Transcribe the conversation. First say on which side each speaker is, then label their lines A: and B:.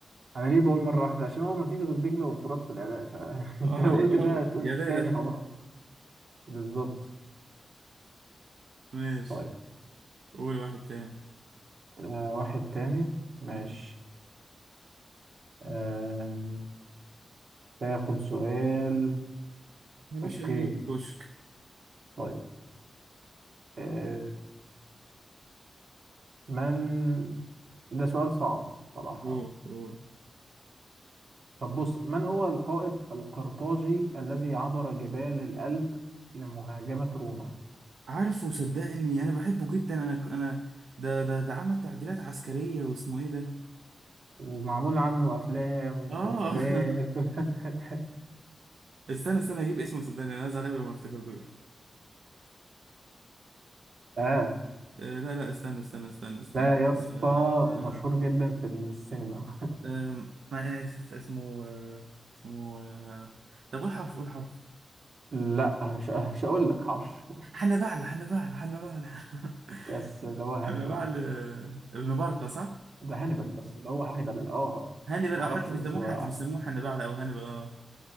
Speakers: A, on the right; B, on the right.
A: أنا ليه بقول مرة واحدة عشان هو مفيش غير دجلة والفرات في العراق فأنت
B: اه
A: <laughs> لو
B: يبقى
A: قلت ده
B: هو
A: هتقول
B: يا ده يا
A: تاني
B: ده
A: خلاص بالظبط
B: ماشي
A: طيب
B: قول واحد تاني
A: آه واحد تاني ماشي
B: مم.
A: آه تاخد سؤال
B: يا باشا
A: اوكي
B: اللي يجي في وشك
A: طيب آه، من ده سؤال صعب صراحة
B: قول قول
A: طب بص من هو القائد القرطاجي الذي عبر جبال الألب لمهاجمة روما
B: عارفه صدقني انا بحبه جدا انا انا ده ده ده عمل تعديلات عسكريه واسمه ايه ده
A: ومعمول عنه أفلام ومسلسلات
B: اه <laughs>
A: <laughs>
B: استنى استنى اجيب اسمه صدقني انا زعلان لما افتكرتوش
A: اه
B: آه، لا لا استنى استنى استنى استنى
A: ده يا اسطى
B: آه،
A: مشهور جدا في السينما
B: آه، آه، اسمه آه، اسمه آه، طب قول حرف قول حرف
A: <laughs> لا مش مش هقول لك حرش
B: حنبعل حنبعل حنبعل <laughs>
A: يس اللي هو هانيبال
B: حنبعل آه، ابن بركة صح؟
A: ده هانيبال بس اللي هو هانيبال اه
B: هانيبال
A: معرفش
B: او حتى بيسموه
A: بس هو
B: حتى بيسموه حنبعل او هانيبال اه